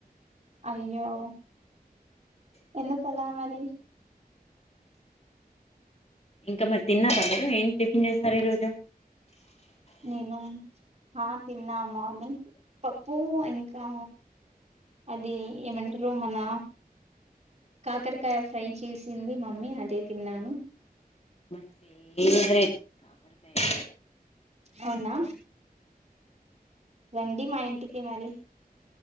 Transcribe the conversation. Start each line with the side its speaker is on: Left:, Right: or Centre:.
Right: అయ్యో ఎందుకలా మరి
Left: ఇంకా మరి తిన్నారా మీరు ఏం టిఫిన్ చేసారు ఈరోజు
Right: నేను ఆ తిన్నా మార్నింగ్ పప్పు ఇంకా అది ఏమంటరు మన కాకరకాయ ఫ్రై చేసి సింది మమ్మీ అదే తిన్నాను
Left: మై ఫేవరెట్ కాకరకాయ అంటే
Right: అవునా రండి మా ఇంటికి మరి